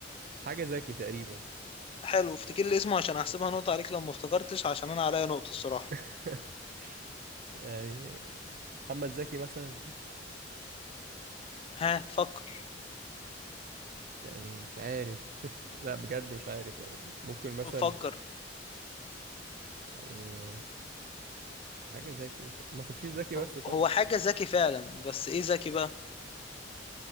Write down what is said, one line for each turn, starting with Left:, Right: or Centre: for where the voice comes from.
Right: حاجة زكي تقريبا
Left: حلو افتكر لي اسمه عشان أحسبها نقطة عليك لو ما افتكرتش عشان أنا عليا نقطة الصراحة
Right: <laughs> يعني محمد زكي مثلا
Left: ها فكر
Right: يعني مش عارف <laughs> لا بجد مش عارف يعني ممكن مثلا
Left: فكر
Right: يعني حاجة زكي ما تمشيش زكي بس
Left: هو
Right: طب
Left: هو حاجة ذكي فعلا بس إيه ذكي بقى